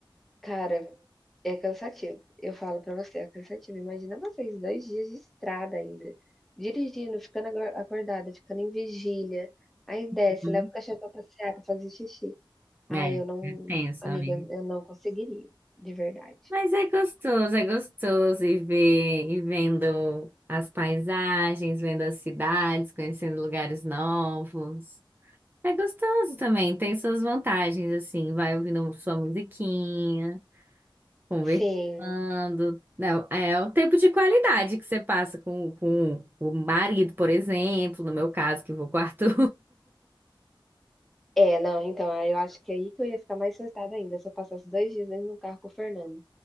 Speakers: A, in the centre; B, on the right (about 20°).
A: cara, é cansativo. Eu falo pra você, é cansativo. Imagina vocês 2 dias de estrada ainda, dirigindo, ficando ago acordada, ficando em vigília, aí desce,
B: Uhum.
A: leva o cachorro pra passear, pra fazer xixi. Ai,
B: é, é
A: eu não
B: tenso,
A: amiga,
B: amiga.
A: eu não conseguiria, de verdade.
B: Mas é gostoso, é gostoso e ver, e vendo as paisagens, vendo as cidades, conhecendo lugares novos. É gostoso também, tem suas vantagens, assim, vai ouvindo sua musiquinha, conversando.
A: Sim.
B: Não, é o tempo de qualidade que você passa com, com o marido, por exemplo, no meu caso, que vou com o Arthur.
A: É, não, então, aí eu acho que é aí que eu ia ficar mais surtada ainda, se eu passasse 2 dias dentro de um carro com o Fernando.